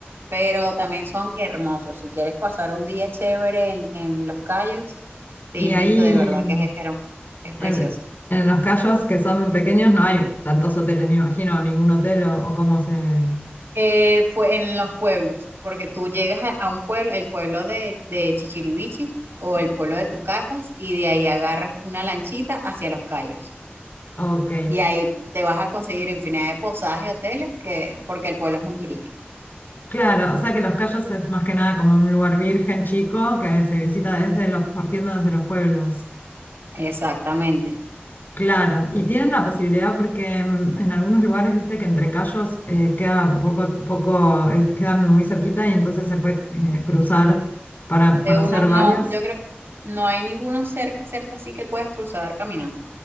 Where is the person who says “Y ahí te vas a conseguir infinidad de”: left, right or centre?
Right